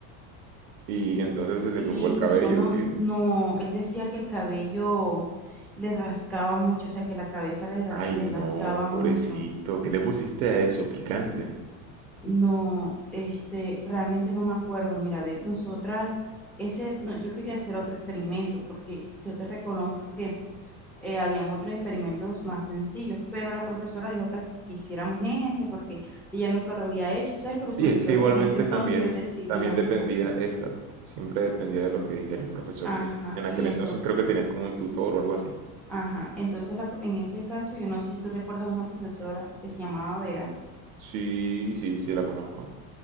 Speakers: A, on the right; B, in the centre.
A: Y entonces se le
B: Y
A: tumbó el cabello,
B: y yo no,
A: que,
B: no, él decía que el cabello le rascaba mucho, o sea, que la cabeza le, ra-
A: ay
B: le
A: no,
B: rascaba mucho.
A: pobrecito, ¿qué le pusiste a eso? Picante.
B: No, este, realmente no me acuerdo. Mira, ve, nosotras, ese, no, yo quería hacer otro experimento porque yo te reconozco que eh, habían otros experimentos más sencillos, pero la profesora dijo que, as- que hiciéramos ese porque ella nunca lo había hecho. Tú sabes que
A: Sí,
B: los profesores
A: es que igualmente
B: en ese entonces
A: también,
B: ellos decidían
A: también dependía,
B: un poquito.
A: exacto, siempre dependía de lo que dijera el profesor,
B: Ajá,
A: que en aquel
B: y entonces,
A: entonces creo que tenías como un tutor o algo así.
B: ajá, entonces la pro- en ese caso, yo no sé si tú recuerdas una profesora que se llamaba Vera.
A: Sí, sí, sí, la conozco.